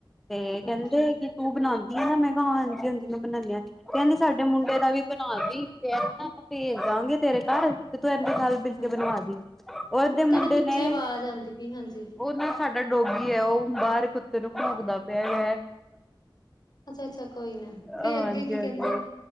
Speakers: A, in the centre; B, on the left.
A: ਤੇ
B: ਹਾਂਜੀ
A: ਕਹਿੰਦੇ ਕਿ ਤੂੰ ਬਣਾ ਮੈਂ ਕਿਹਾ ਹਾਂਜੀ ਹਾਂਜੀ ਮੈਂ ਬਣਾਣੀ ਹਾਂ ਕਹਿੰਦੀ ਸਾਡੇ ਮੁੰਡੇ ਦਾ ਵੀ ਬਣਾ ਲਈ ਫੇਰ ਨਾ ਆਪਾਂ ਭੇਜ ਦਾਂਗੇ ਤੇਰੇ ਘਰ ਤੂੰ ਇੰਦੇ ਨਾਲ ਮਿਲ
B: ਹਾਂਜੀ
A: ਕੇ ਬਣਵਾ ਦੀ ਉਹਦੇ ਮੁੰਡੇ
B: ਤੁਹਾਡੇ ਪਿੱਛੇ
A: ਨੇ
B: ਆਵਾਜ਼ ਆਉਂਦੀ ਪਈ ਹਾਂਜੀ
A: ਉਹ ਨਾ ਸਾਡਾ ਡੋਗੀ ਹੈ ਉਹ ਬਾਹਰ ਕੁੱਤੇ ਨੂੰ ਭੋਗਦਾ ਪਿਆ ਹੈ
B: ਅੱਛਾ ਅੱਛਾ ਕੋਈ ਨਾ ਤੇ
A: ਹਾਂਜੀ
B: ਅੱਗੇ ਕੀ
A: ਹਾਂਜੀ
B: ਕਹਿੰਦੇ ਆ